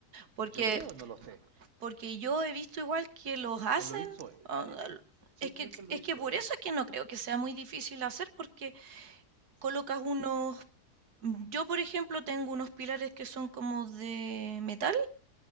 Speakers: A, on the right; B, on the right.
A: Porque
B: Yo creo, no lo sé.
A: Porque yo he visto igual que los hacen.
B: O lo hizo él,
A: ah,
B: parece. Sí,
A: Es que,
B: creo que lo
A: es
B: hizo
A: que por
B: él.
A: eso es que no creo que sea muy difícil hacer, porque colocas unos... Yo, por ejemplo, tengo unos pilares que son como de metal